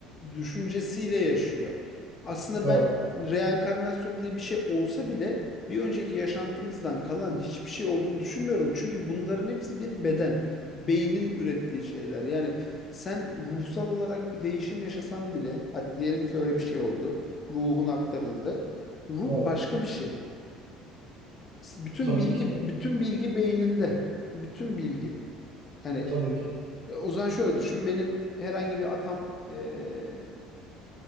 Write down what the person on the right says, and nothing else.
Evet,
evet.
Tabii
ki de.
Tabii ki de.